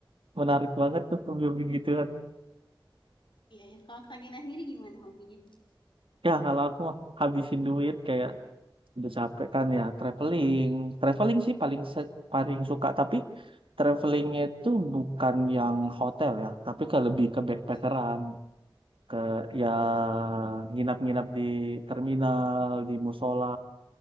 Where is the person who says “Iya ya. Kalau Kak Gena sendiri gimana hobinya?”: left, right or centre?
Left